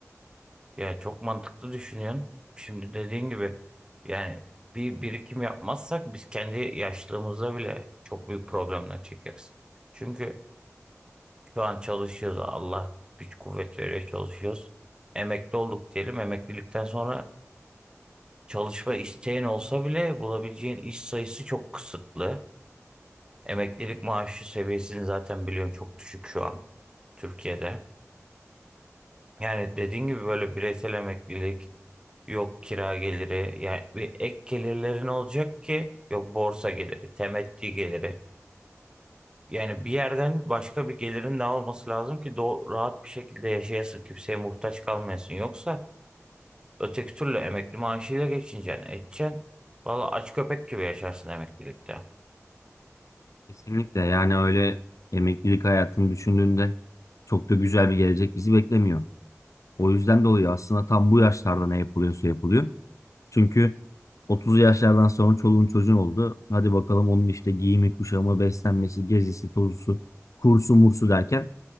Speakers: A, on the right (about 15°); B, on the left (about 80°).
A: Yani çok mantıklı düşünüyorsun. Şimdi dediğin gibi yani bir birikim yapmazsak biz kendi yaşlılığımızda bile çok büyük problemler çekeriz. Çünkü şu an çalışıyoruz. Allah güç kuvvet veriyor çalışıyoruz. Emekli olduk diyelim. Emeklilikten sonra çalışma isteğin olsa bile bulabileceğin iş sayısı çok kısıtlı. Emeklilik maaşı seviyesini zaten biliyorsun çok düşük şu an Türkiye'de. Yani dediğin gibi böyle bireysel emeklilik Yok kira geliri yani bir ek gelirlerin olacak ki yok borsa geliri, temettü geliri. Yani bir yerden başka bir gelirin de olması lazım ki do rahat bir şekilde yaşayasın, kimseye muhtaç kalmayasın. Yoksa öteki türlü emekli maaşıyla geçineceksin, edeceksin. Valla aç köpek gibi yaşarsın emeklilikte.
B: Kesinlikle yani öyle emeklilik hayatını düşündüğünde çok da güzel bir gelecek bizi beklemiyor. O yüzden dolayı aslında tam bu yaşlarda ne yapılıyorsa yapılıyor. Çünkü 30 yaşlardan sonra çoluğun çocuğun oldu. Hadi bakalım onun işte giyimi, kuşamı, beslenmesi, gezisi, tozusu, kursu, mursu derken